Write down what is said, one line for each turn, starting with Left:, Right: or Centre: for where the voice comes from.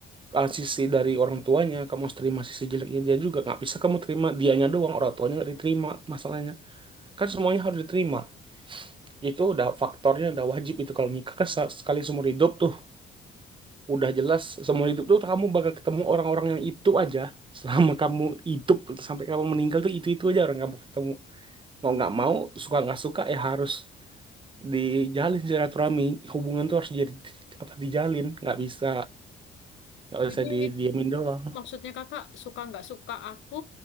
Right: uh, sisi dari orang tuanya kamu harus terima sisi jeleknya dia juga nggak bisa kamu terima dianya doang orang tuanya nggak diterima masalahnya kan semuanya harus diterima itu udah faktornya udah wajib itu kalau nikah kan se- sekali seumur hidup tuh udah jelas seumur hidup tuh kamu bakal ketemu orang-orang yang itu aja selama kamu hidup sampai kamu meninggal tuh itu itu aja orang kamu ketemu mau nggak mau suka nggak suka ya harus dijalin silaturahmi hubungan tuh harus jadi apa dijalin nggak bisa nggak
Left: Jadi
Right: bisa didiemin doang
Left: Maksudnya kakak suka nggak suka aku